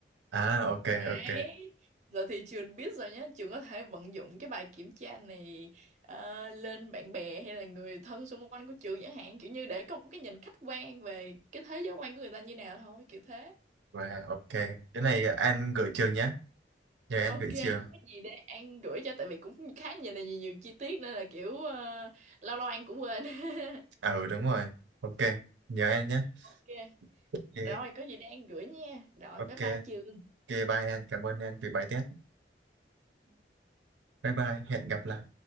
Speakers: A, on the right; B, on the right.
A: À, ok,
B: Đấy.
A: ok,
B: Giờ thì trường biết rồi nhé, trường có thể vận dụng cái bài kiểm tra này ờ, lên bạn bè hay là người thân xung quanh của trường chẳng hạn, kiểu như để có một cái nhìn khách quan về cái thế giới quan của người ta như nào thôi, kiểu thế.
A: và ok. Cái này An gửi trường nhé, nhờ An
B: Ok,
A: gửi
B: cái
A: trường.
B: gì để An gửi cho tại vì cũng khá nhiều là nhiều, nhiều chi tiết nên là kiểu ờ, lâu lâu An cũng quên. <laughs>
A: À, ừ, đúng rồi. Ok, nhờ An nhé.
B: Ok,
A: Ok,
B: rồi có gì để An gửi nha. Rồi
A: ok.
B: bye bye trường.
A: Ok, bye em. Cảm ơn em vì bài test. Bye bye. Hẹn gặp lại.